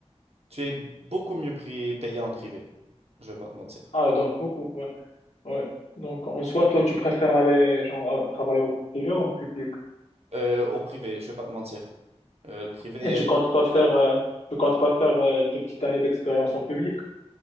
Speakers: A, on the right; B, on the left.
A: tu es beaucoup mieux pri- payé en privé, je vais pas te mentir.
B: Ah, donc beaucoup, ouais, ouais. Donc, en soi, toi, tu préfères aller, genre, à- travailler au privé ou en public?
A: Euh, au privé, je vais pas te mentir. Euh, le privé,
B: Et tu comptes pas faire, euh, tu comptes pas faire, euh, des petites années d'expérience en public?